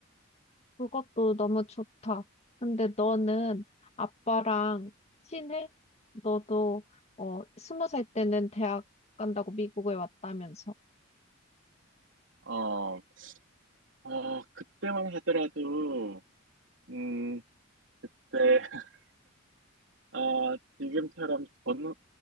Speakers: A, on the left; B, on the right.
A: 그것도 너무 좋다. 근데 너는 아빠랑 친해? 너도 어, 스무 살 때는 대학 간다고 미국에 왔다면서.
B: 어, 어, 그때만 하더라도 음, 네, <laughs> 아, 지금처럼 전,